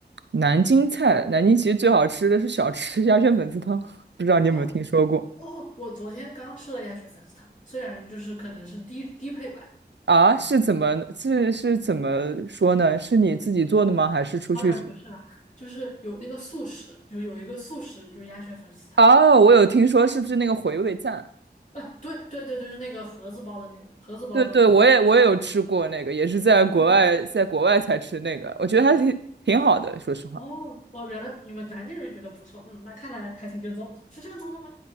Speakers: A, on the right; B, on the left.
A: 南京菜，南京其实最好吃的是小吃 <laughs> 鸭血粉丝汤，不知道你有没有听说过
B: 哦哦，我昨天刚吃了鸭血粉丝汤，虽然就是可能是低低配版，
A: 啊？是怎么是是怎么说呢？是你自己做的吗？还是出去吃？
B: 当然不是啦，<laughs> 就是有那个速食，就有一个速食就是鸭血粉丝汤。
A: 哦，我有听说，是不是那个回味赞？
B: 啊，对对对对，就是那个盒子包的那个盒子包装的那个。
A: 对对，我也我也有吃过那个，也是在国外在国外才吃那个，
B: 哦，
A: 我觉得还挺挺好的，
B: 是的，是的。
A: 说实话。
B: 哦，哇，原来你们南京人觉得不错，嗯，那看来还挺正宗，是正宗的吗？